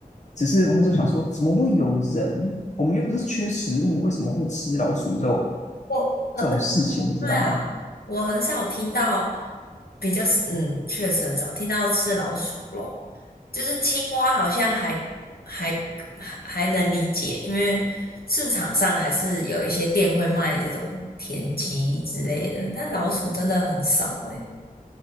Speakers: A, on the left; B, on the left.
A: 只是我那时候想说，怎么会有人？我们又不是缺食物，为什么会吃老鼠肉
B: 我很
A: 这种事情，你知道吗？
B: 对啊，我很少听到比较，嗯，确实很少听到吃老鼠肉，就是青蛙好像还还还还能理解，因为市场上还是有一些店会卖这种田鸡之类的，但老鼠真的很少诶、